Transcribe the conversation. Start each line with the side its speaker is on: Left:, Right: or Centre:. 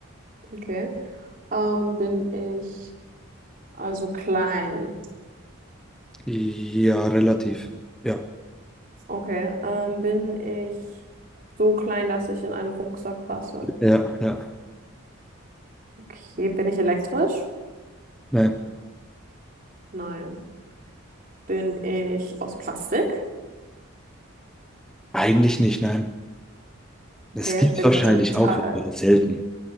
Right: Okay. Ähm, bin ich also klein?
Centre: ja, relativ, ja,
Right: Okay. Ähm, bin ich so klein, dass ich in einen Rucksack passe?
Centre: ja, ja,
Right: Okay. Bin ich elektrisch?
Centre: nein,
Right: Nein. Bin ich aus Plastik?
Centre: eigentlich nicht, nein. Es
Right: Okay.
Centre: gibt
Right: Bin
Centre: wahrscheinlich
Right: ich aus Metall?
Centre: auch, aber selten.